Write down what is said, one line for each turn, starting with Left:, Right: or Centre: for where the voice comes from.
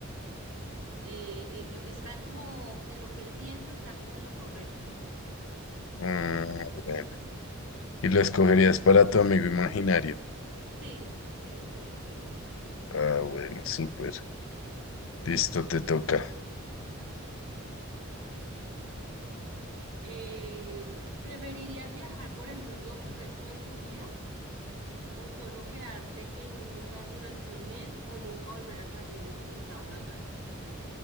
Right: eh, él no- está como en lo que él piensa, está como en lo correcto.
Left: Ah, bueno. Y lo escogerías para tu amigo imaginario.
Right: Sí, sí, sería chévere.
Left: Ah, bueno, súper. Listo, te toca.
Right: Listo. Eh, ¿preferirías viajar por el mundo el resto de tu vida o solo quedarte en un lugar durante un mes o nunca volver a salir de tu estado natal?